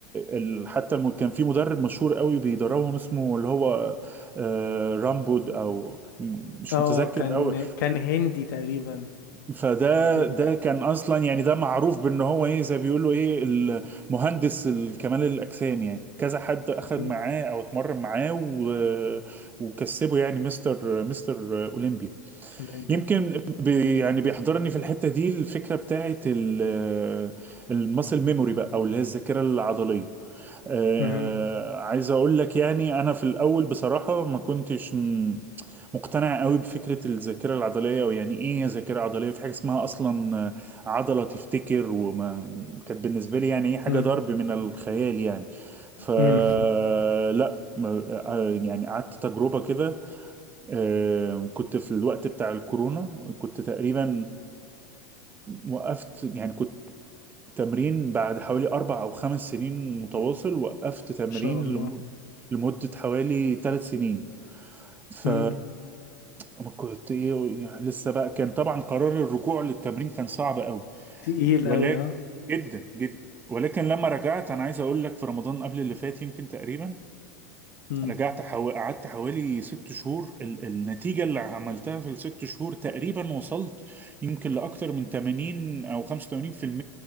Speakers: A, on the right (about 20°); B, on the left (about 75°).
A: ال حتى الم كان في مدرب مشهور قوي بيدربهم اسمه اللي هو آه رامبود او م- مش
B: اه
A: متذكر
B: كان
A: قوي
B: كان هندي تقريبا
A: فده
B: تقريبا
A: ده كان اصلا يعني ده معروف بان هو ايه زي بيقولوا ايه المهندس ال- كمال الاجسام يعني كذا حد اخذ
B: مم.
A: معاه او اتمرن معاه و... وكسبه يعني مستر مستر اولمبيا
B: الانبياء
A: يمكن بي يعني بيحضرني في الحتة دي الفكرة بتاعت ال- الماسل ميموري بقى او اللي هي الذاكرة العضلية آه،
B: مم.
A: عايز اقول لك يعني انا في الاول بصراحة ما كنتش م- مقتنع قوي بفكرة الذاكرة العضلية او يعني ايه ذاكرة عضلية في حاجة اسمها اصلا آه، عضلة تفتكر وما كانت بالنسبة لي يعني ايه حاجة
B: مم.
A: ضرب من الخيال يعني فلا
B: مم. ان
A: يعني قعدت تجربة كده آه، كنت في الوقت بتاع الكورونا كنت تقريبا وقفت يعني كنت تمرين بعد حوالي أربع أو خمس سنين متواصل وقفت تمرين
B: شاء الله
A: لم... لمدة حوالي ثلاث سنين ف
B: مم.
A: ما كنت ايه يعني لسه بقى كان طبعا قرار الرجوع للتمرين كان صعب قوي
B: تقيل
A: ولكن
B: قوي اه
A: جدا جدا ولكن لما رجعت انا عايز اقول لك في رمضان قبل اللي فات يمكن تقريبا
B: مم.
A: رجعت حو... قعدت حوالي ست شهور ال... النتيجة اللي عملتها في الست شهور تقريبا وصلت يمكن لأكتر من 80 أو 85%